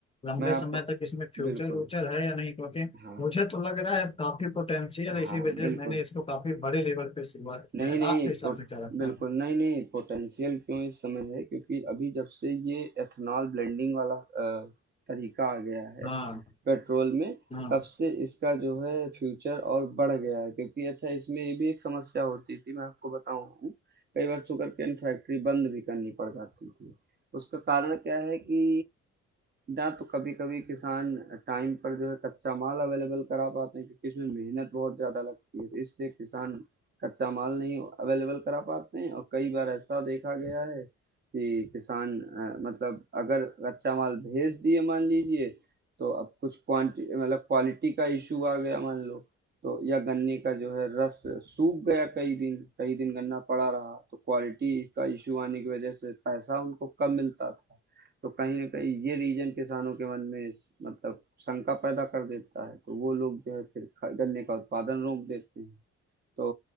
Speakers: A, on the left; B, on the right.
A: लंबे
B: मैं आपको
A: समय तक इसमें फ्यूचर
B: बिल्कुल
A: व्यूचर है या नहीं क्योंकि
B: हाँ,
A: मुझे तो लग रहा है काफी पोटेंशियल है
B: हाँ,
A: इसी वजह
B: बिल्कुल।
A: से मैंने इसको काफी बड़े लेवल पे शुरुआत किया
B: नहीं-नहीं
A: है आपके हिसाब
B: पोट
A: से क्या लगता
B: बिल्कुल,
A: है
B: नहीं-नहीं पोटेंशियल क्यों इस समय है क्योंकि अभी जब से ये एथेनॉल ब्लेंडिंग वाला अ, तरीका आ गया है
A: हाँ
B: पेट्रोल में,
A: हाँ
B: तब से इसका जो है फ्यूचर और बढ़ गया है क्योंकि अच्छा इसमें ये भी एक समस्या होती थी, मैं आपको बताऊँ, कई बार शुगरकेन फैक्ट्री बंद भी करनी पड़ जाती थी। उसका कारण क्या है कि ना तो कभी-कभी किसान टाइम पर जो है कच्चा माल अवेलेबल करा पाते हैं क्योंकि इसमें मेहनत बहुत ज़्यादा लगती है तो इसलिए किसान कच्चा माल नहीं अवेलेबल करा पाते हैं और कई बार ऐसा देखा गया है कि किसान अ, मतलब अगर कच्चा माल भेज दिए मान लीजिए तो अब कुछ क्वांटी मतलब क्वालिटी का इशू आ गया मान लो तो या गन्ने का जो है रस सूख गया कई दिन कई दिन गन्ना पड़ा रहा तो क्वालिटी का इशू आने की वजह से पैसा उनको कम मिलता था तो कहीं न कहीं ये रीज़न किसानों के मन में स मतलब शंका पैदा कर देता है, तो वो लोग जो है फिर ख गन्ने का उत्पादन रोक देते हैं। तो